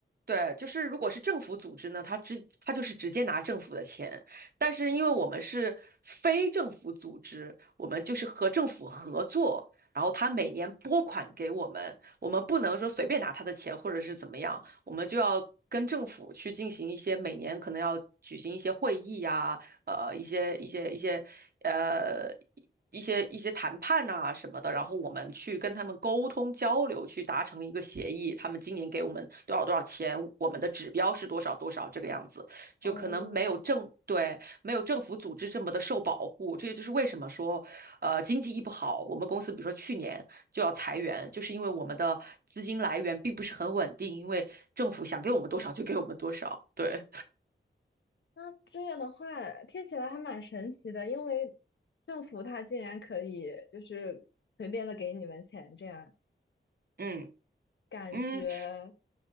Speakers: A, on the right (about 50°); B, on the left (about 65°).
A: 对，就是如果是政府组织呢，他直他就是直接拿政府的钱，但是因为我们是非政府组织，我们就是和政府合作，然后他每年拨款给我们，我们不能说随便拿他的钱或者是怎么样，我们就要跟政府去进行一些每年可能要举行一些会议呀、呃一些一些一些呃一些一些谈判呐、什么的，然后我们去跟他们沟通交流，去达成一个协议。他们今年给我们多少多少钱，我们的指标是多少多少这个样子，就可能没有政对没有政府组织这么的受保护。
B: 哦，
A: 这也就是为什么说，呃，经济一不好，我们公司比如说去年就要裁员，就是因为我们的资金来源并不是很稳定，因为政府想给我们多少就给我们多少，对。
B: 那这样的话听起来还蛮神奇的，因为政府它竟然可以就是随便的给你们钱，这样
A: <laughs> 嗯
B: 感觉
A: 嗯，